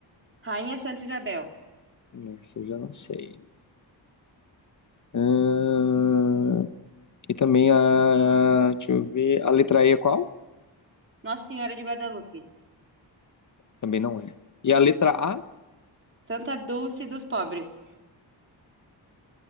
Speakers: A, on the right; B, on the left.
A: Rainha Santa Isabel,
B: Nessa eu já não sei. Ahn, e também a. Deixa eu ver. A letra E é qual?
A: Nossa Senhora de Guadalupe,
B: Também não é. E a letra A?
A: Santa Dulce dos Pobres.